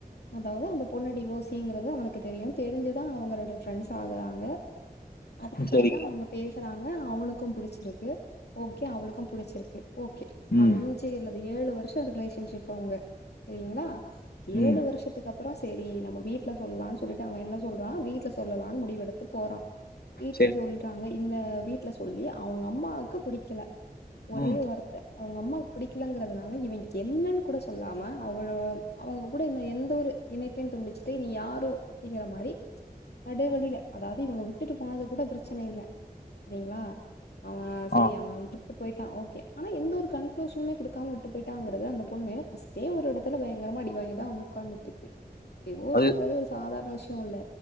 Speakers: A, on the left; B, on the left.
A: அதாவ்து அந்த பொண்ணு டிவோசிங்றது அவனுக்கு தெரியு தெரிஞ்சுதா அவுங்க ரெண்டு ஃப்ரெண்ட்ஸ் ஆகுறாங்க அதுக்கு பிறகுதா
B: சரி
A: அவுங்க பேசுறாங்க அவனுக் கு புடிச்ருக்கு ஓகே அவளுக்கு புடிச்ருக்கு ஓகே
B: ம்
A: அஞ் சு அல்லது ஏழு வர்ஷோ ரிலேஷன்ஷிப் அவுங்க செரிங்ளா
B: ம்
A: ஏழு வருஷத் துக்கப்ரோ சேரி நம்ம வீட்ல சொல்லானு சொல்லிட்டு அவ என்ன சொல்றா வீட்ல சொல்லலானு முடிவு எடுத்து போறா வீட்ல
B: சரி
A: சொல்றாங்க இந்த வீட்ல சொல்லி அவுங்க அம்மாக்கு புடிக்ல ஒரே
B: ம்
A: வார்த்த அவுங்க அம்மாக்கு புடிக்கலங்றதுனால இவ என்னன்னு கூட சொல்லாம அவளோ அவங்க கூட எந்த ஒரு இனைப்பையு துண்டிச்ட்டு நீ யாரோ அப்டிங்கிற மாரி நடு வழியில அதாவது இவங்க விட்டுட்டு போனது கூட பிரச்சன இல்ல செரிங்ளா ஆ அவே செரி
B: ஆ
A: அவ வந்து விட்டு பொய்ட்டா ஓகே ஆனா எந்த ஒரு கன்க்ளூஷனுமே குடுக்காம விட்டு பொய்ட்டாங்றது அந்த பொண்ணு அதே ஒரு எடத்துல பயங்ரமா அடிவாங்கிதா வந்து உக்காந்துட்ருக்கு டிஃவோர்ஸுங்றது
B: அது
A: ஒரு சாதாரண விஷயோ இல்ல